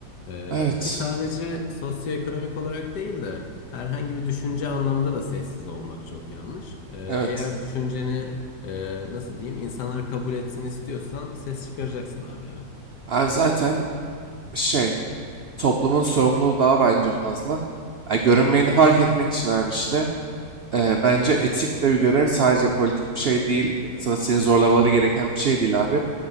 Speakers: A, on the left; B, on the right.
A: Ee,
B: Evet.
A: ki sadece sosyoekonomik olarak değil de Herhangi bir düşünce anlamında da sessiz olmak çok yanlış. Ee,
B: Evet.
A: eğer düşünceni e, nasıl diyeyim insanlar kabul etsin istiyorsan ses çıkaracaksın abi ya.
B: Yani zaten şey toplumun sorumluluğu daha bence fazla. Yani görünmeyeni
A: Hı hı.
B: fark etmek için abi işte e, bence etik de bir görev sadece politik bir şey değil. Zaten seni zorlamaları gereken bir şey değil abi.